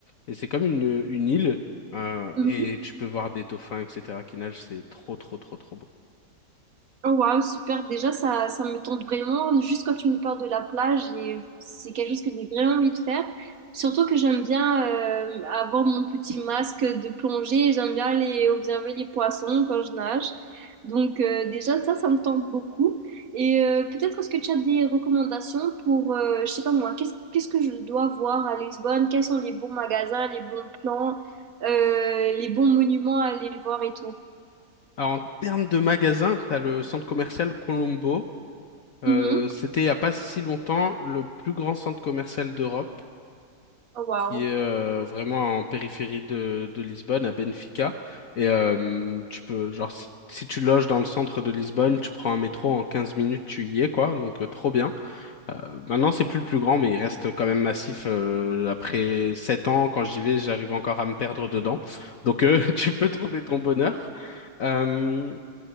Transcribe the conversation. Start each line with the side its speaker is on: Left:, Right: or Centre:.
Left: et c'est comme une, une île euh,
Right: mhm.
Left: et tu peux voir des dauphins, etc. qui nagent. C'est trop, trop, trop, trop beau.
Right: Oh, Waouh, super. Déjà, ça, ça me tente vraiment. Juste quand tu me parles de la plage, et c'est quelque chose que j'ai vraiment envie de faire. Surtout que j'aime bien euh, avoir mon petit masque de plongée. et J'aime bien aller observer les poissons quand je nage. Donc, euh, déjà, ça, ça me tente beaucoup. Et euh, peut-être est-ce que tu as des recommandations pour, euh, je sais pas moi, qu'est-ce, qu'est-ce que je dois voir à Lisbonne? Quels sont les bons magasins, les bons plans, euh, les bons monuments à aller voir et tout?
Left: Alors, en termes de magasins, t'as le centre commercial Colombo. Euh,
Right: Mhm.
Left: c'était il n'y a pas si longtemps le plus grand centre commercial d'Europe.
Right: Oh, Waouh.
Left: qui est euh, vraiment en périphérie de, de Lisbonne, à Benfica. Et euh, tu peux, genre, si, si tu loges dans le centre de Lisbonne, tu prends un métro en 15 minutes, tu y es, quoi. Donc, euh, trop bien. Euh, maintenant, c'est plus le plus grand, mais il reste quand même massif. euh, après 7 ans, quand j'y vais, j'arrive encore à me perdre dedans. Donc, euh, <laughs> tu peux trouver ton bonheur. Euh,